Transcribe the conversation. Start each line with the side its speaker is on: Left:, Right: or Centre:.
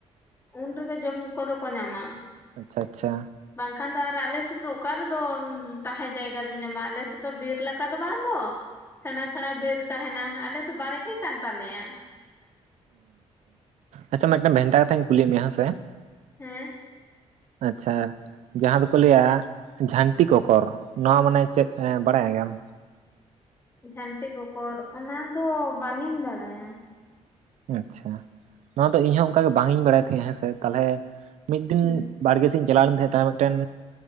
Left: ᱩᱱ ᱨᱮᱜᱮ ᱡᱚᱢ ᱠᱚᱫᱚ ᱠᱚ ᱧᱟᱢᱟ᱾
Right: ᱟᱪᱷᱟ
Left: ᱵᱟᱝᱠᱷᱟᱱ ᱫᱚ ᱟᱨ ᱟᱞᱮ ᱥᱮᱫ ᱫᱚ ᱚᱠᱟ ᱨᱮᱫᱚ ᱛᱟᱦᱮᱸ ᱡᱟᱭᱜᱟᱼᱼ ᱧᱟᱢᱟ ᱟᱞᱮ ᱥᱮᱫ ᱫᱚ ᱵᱤᱨ ᱞᱮᱠᱟ ᱫᱚ ᱵᱟᱝ ᱫᱚ ᱥᱮᱬᱟ ᱥᱮᱬᱟ ᱵᱤᱨ ᱛᱟᱦᱮᱱᱟ ᱟᱞᱮ ᱫᱚ ᱵᱟᱲᱜᱮ ᱠᱟᱱ ᱛᱟᱞᱮᱭᱟ᱾
Right: ᱟᱪᱷᱟ-ᱟᱪᱷᱟ ᱢᱤᱫᱴᱮᱱ ᱵᱷᱮᱱᱛᱟ ᱠᱟᱛᱷᱟᱧ ᱠᱩᱞᱤ ᱢᱮᱭᱟ ᱦᱮᱸ ᱥᱮ?
Left: ᱦᱮᱸ
Right: ᱟᱪᱷᱟ ᱡᱟᱦᱟᱸ ᱫᱚᱠᱚ ᱞᱟᱹᱭᱟ ᱡᱷᱟᱹᱱᱴᱤ ᱠᱚᱠᱚᱨ ᱱᱚᱣᱟ ᱢᱟᱱᱮ ᱪᱮᱫ ᱵᱟᱲᱟᱭ ᱜᱮᱭᱟᱢ?
Left: ᱡᱷᱟᱹᱱᱴᱤ ᱠᱚᱠᱚᱨ ᱚᱱᱟ ᱫᱚ ᱵᱟᱝ ᱤᱧ ᱵᱟᱲᱟᱭ-ᱟ᱾
Right: ᱟᱪᱷᱟ ᱱᱚᱣᱟ ᱫᱚ ᱤᱧᱦᱚᱸ ᱚᱱᱠᱟᱟᱜᱮ ᱵᱟᱝ ᱤᱧ ᱵᱟᱲᱟᱭ ᱛᱟᱦᱮᱸᱜᱼᱟ᱾ ᱦᱮᱸᱥᱮ ᱛᱟᱦᱚᱞᱮ ᱢᱤᱫ ᱫᱤᱱᱼᱼ
Left: ᱦᱩᱸ
Right: ᱵᱟᱲᱜᱮ ᱥᱮᱫ ᱤᱧ ᱪᱟᱞᱟᱣ ᱞᱮᱱ ᱛᱟᱦᱮᱸ ᱢᱤᱫᱴᱮᱱ